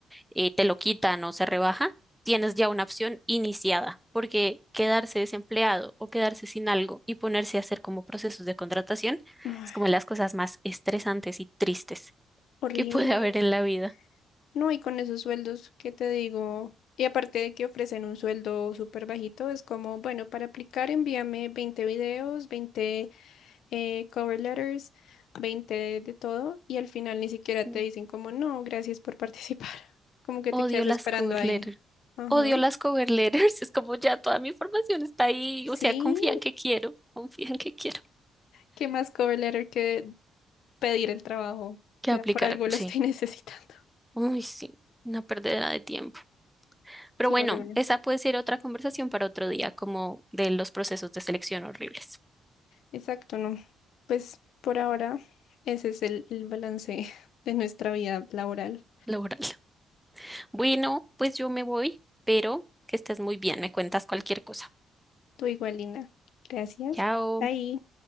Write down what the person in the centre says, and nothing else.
eh, te lo quitan o se rebaja, tienes ya una opción iniciada, porque quedarse desempleado o quedarse sin algo y ponerse a hacer como procesos de contratación
es como las cosas más estresantes y tristes
que puede haber en la vida.
Sí.
Odio
las
cover
letters.
Odio las cover letters. <laughs> Es como ya toda mi información está ahí. O
sea, confían que quiero. Confían que quiero.
Que
aplicar.
Sí.
Uy, sí. Una perdedera de tiempo. Pero
bueno,
esa puede ser otra conversación para otro día, como de los procesos de selección horribles
laboral. <laughs> Bueno, pues yo me voy, pero que estés muy bien, me cuentas cualquier cosa.
Chao.